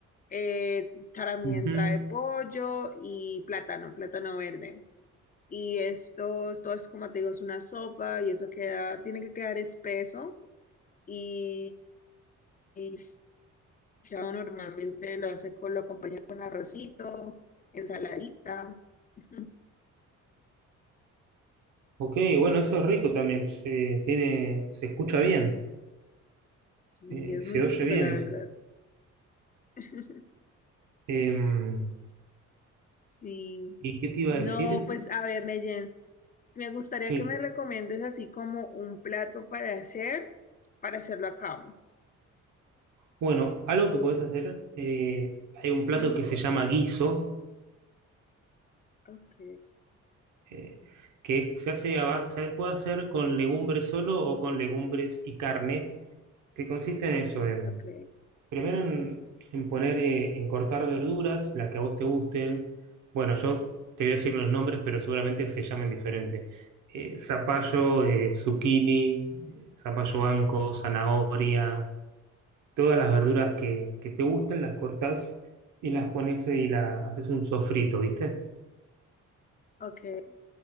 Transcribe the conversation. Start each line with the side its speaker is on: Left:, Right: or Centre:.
Left: eh, también
Right: Ujú.
Left: trae pollo y plátano, plátano verde. Y esto, esto es como te digo, es una sopa y eso queda, tiene que quedar espeso y, y chao, normalmente lo hace con, lo acompaña con arrocito, ensaladita. <laughs>
Right: Ok, bueno, eso es rico también, se, tiene, se escucha bien,
Left: Sí,
Right: eh,
Left: es
Right: se
Left: muy
Right: oye
Left: rico,
Right: bien
Left: la
Right: eso.
Left: verdad. <laughs>
Right: Em,
Left: Sí.
Right: ¿y qué te iba
Left: No,
Right: a decir?
Left: pues a ver, Neyen, me gustaría
Right: Sí.
Left: que me recomiendes así como un plato para hacer, para hacerlo acá.
Right: Bueno, algo que podés hacer, eh, hay un plato
Left: Ujú,
Right: que se llama guiso,
Left: Ok,
Right: eh, que es- se hace, a ba- se puede hacer con legumbres solo o con legumbres y carne, que consiste en eso, en,
Left: ok,
Right: primero en, en poner, eh, en cortar verduras, la que a vos te gusten. Bueno, yo te voy a decir los nombres, pero seguramente se llamen diferente. Eh, zapallo, eh, zucchini, eh, zapallo anco, zanahoria. todas las verduras que, que te gusten, las cortás y las pones y la, haces un sofrito, ¿viste?
Left: ok.